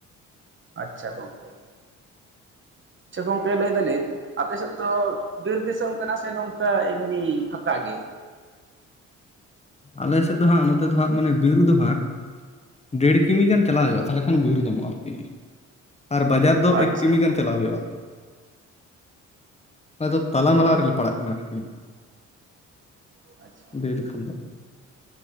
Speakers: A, on the right; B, on the left.
A: ᱟᱪᱪᱷᱟ ᱜᱚᱝᱠᱮ᱾ ᱟᱪᱪᱷᱟ ᱜᱚᱝᱠᱮ ᱞᱟᱹᱭ ᱫᱟᱹᱞᱤᱧ ᱟᱯᱮ ᱥᱮᱫ ᱫᱚ ᱵᱤᱨ ᱫᱤᱥᱟᱹᱢ ᱠᱟᱱᱟ ᱥᱮ ᱱᱚᱝᱠᱟ ᱮᱢᱱᱤ ᱯᱷᱟᱠᱟ ᱜᱮ?
B: ᱟᱞᱮ ᱥᱮᱫ ᱫᱚ ᱦᱟᱸᱜ ᱱᱚᱛᱮ ᱫᱚ ᱦᱟᱸᱜ ᱢᱟᱱᱮ ᱵᱤᱨ ᱫᱚ ᱦᱟᱸᱜᱼᱼ ᱰᱮᱹᱲ ᱠᱤᱢᱤ ᱜᱟᱱ ᱪᱟᱞᱟᱣ ᱦᱩᱭᱩᱜ-ᱟ ᱛᱟᱦᱚᱞᱮ ᱠᱷᱟᱱ ᱵᱤᱨ ᱧᱟᱢᱚᱜ-ᱟ ᱟᱨ ᱠᱤ ᱟᱨ ᱵᱟᱡᱟᱨᱼᱼ ᱫᱚ
A: ᱟᱪᱪᱷᱟ
B: ᱮᱠ ᱠᱤᱢᱤ ᱜᱟᱱ ᱪᱟᱞᱟᱣ ᱦᱩᱭᱩᱜ-ᱟ, ᱟᱫᱚ ᱛᱟᱞᱟ
A: ᱦᱳᱭ
B: ᱢᱟᱞᱟ ᱨᱮᱞᱮ ᱯᱟᱲᱟᱜ ᱱᱟ ᱟᱨ ᱠᱤ᱾
A: ᱟᱪᱷᱟ᱾
B: ᱞᱟᱹᱭ ᱞᱮᱠᱷᱟᱱ ᱫᱚ